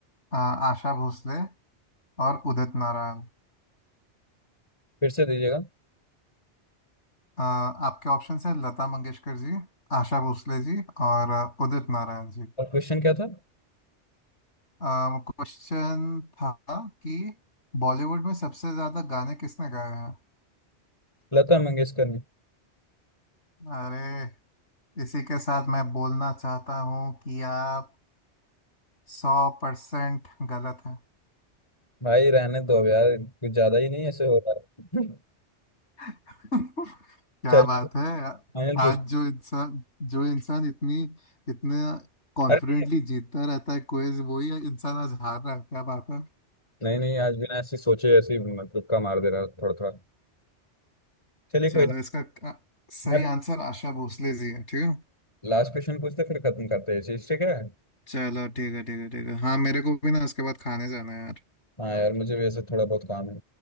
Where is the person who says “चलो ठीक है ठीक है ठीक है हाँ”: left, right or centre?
Left